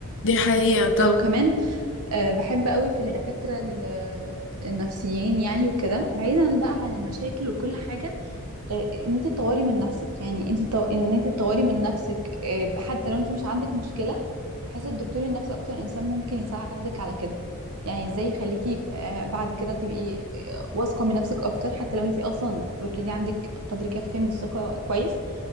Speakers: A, on the left; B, on the right.
A: دي حقيقه طب
B: آه، وكمان آه، بحب قوي في الدكاترة ال- النفسيين يعني وكده بعيدا بقى عن المشاكل وكل حاجة آه، آه، ان انت تطوري من نفسك يعني انت تو- ان انت تطوري من نفسك آه، حتى لو انت مش عندك مشكلة بحيث الدكتور النفسي اكتر انسان ممكن يساعدك على كده يعني ازاي يخليكي آه، بعد كده تبقي آه، واثقة من نفسك اكتر حتى لو انت اصلا اوريدي عندك قدر كافي من الثقة كويس